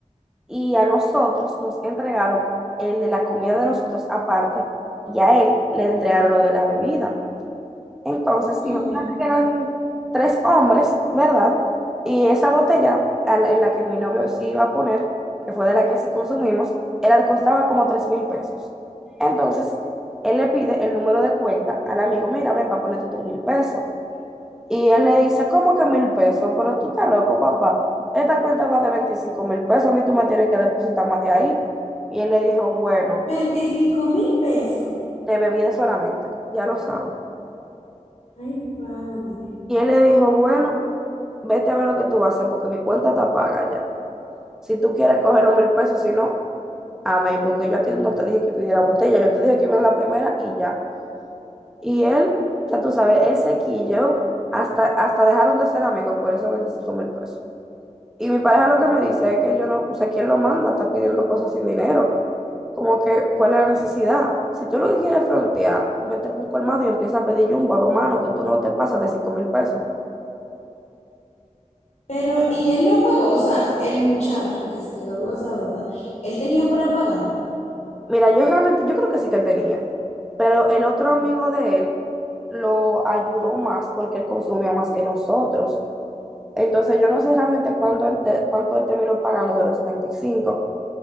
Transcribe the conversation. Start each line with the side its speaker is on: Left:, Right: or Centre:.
Centre: y a nosotros nos entregaron el de la comida de nosotros aparte y a él le entregaron lo de la bebida. Entonces,
Left: ujú.
Centre: imagínate que eran tres hombres, ¿verdad? Y esa botella a la- en la que mi novio sí iba a poner, que fue de la que sí consumimos, era, costaba como tres mil pesos. Entonces, él le pide el número de cuenta al amigo, mira, ven para ponerte tus mil pesos. Y él le dice, ¿cómo que mil pesos? Pero tú estás loco, papá. Esta cuenta va de veinticinco mil pesos, a mí tú me tienes que depositar más de ahí. Y él le dijo, bueno,
Left: 25 mil pesos.
Centre: de bebida solamente, ya lo sabes.
Left: Ay, padre.
Centre: Y él le dijo, bueno, vete a ver lo que tú vas a hacer porque mi cuenta está paga ya. Si tú quieres coger los mil pesos, si no, amén, porque yo a ti no te dije que pidiera botella, yo te dije que iba en la primera y ya. Y él, ya tú sabes, él se quilló, hasta, hasta dejaron de ser amigos por esos veinticinco mil pesos. Y mi pareja lo que me dice es que yo no, o sea, ¿quién lo manda? Está pidiendo cosas sin dinero. Como que, ¿cuál es la necesidad? Si tú lo que quieres es frontear, vete por un colmado y empieza a pedir jumbo a dos manos que tú no te pasas de cinco mil pesos.
Left: Pero, ¿y él lo pagó? O sea, el muchacho que se quedó con esa deuda, él tenía para pagarlo. O
Centre: Mira, yo realmente, yo creo que sí que él tenía. Pero el otro amigo de él lo ayudó más porque él consumió más que nosotros. Entonces yo no sé realmente cuándo él- de- cuánto él terminó pagando de los veinticinco